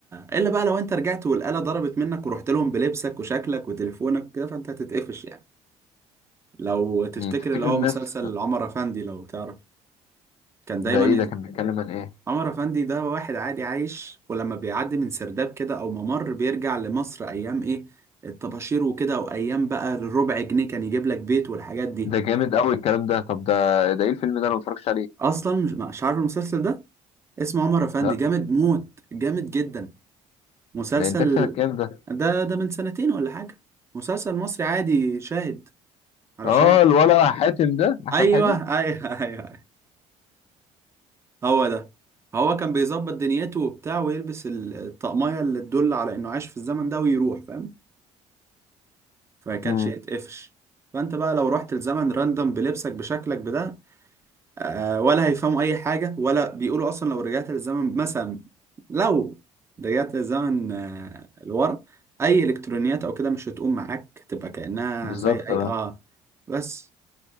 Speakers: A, on the right; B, on the left.
A: الا بقى لو انت رجعت والآلة ضربت منك ورحت لهم بلبسك وشكلك وتليفونك كده فانت هتتقفش يعني لو تفتكر
B: مم، تفتكر
A: اللي هو
B: الناس
A: مسلسل عمر أفندي لو تعرف كان دايما
B: ده ايه ده
A: ي...
B: كان بيتكلم عن ايه
A: عمر أفندي ده واحد عادي عايش ولما بيعدي من سرداب كده أو ممر بيرجع لمصر أيام إيه الطباشير وكده وأيام بقى الربع جنيه كان يجيب لك بيت والحاجات دي
B: ده جامد قوي الكلام ده طب ده ده ايه الفيلم ده انا ما اتفرجتش عليه
A: أصلا مش مش عارف المسلسل ده اسمه عمر أفندي
B: لا
A: جامد موت جامد جدا مسلسل
B: ده انتاج سنه كام ده
A: ده ده من سنتين ولا حاجة مسلسل مصري عادي شاهد على
B: اه
A: شاهد
B: الولا حاتم ده احمد
A: أيوه
B: حاتم
A: أيوه أيوه هو ده هو كان بيظبط دنيته وبتاع ويلبس ال- الطقمية اللي تدل على انه عاش في الزمن ده ويروح فاهم فما كانش
B: امم
A: يتقفش فانت بقى لو رحت الزمن راندم بلبسك بشكلك بده آه ولا هيفهموا اي حاجة ولا بيقولوا اصلا لو رجعت للزمن مثلا لو رجعت للزمن آه لورا اي الكترونيات او كده مش هتقوم معاك تبقى كأنها
B: بالظبط
A: زي اي
B: اه
A: اه بس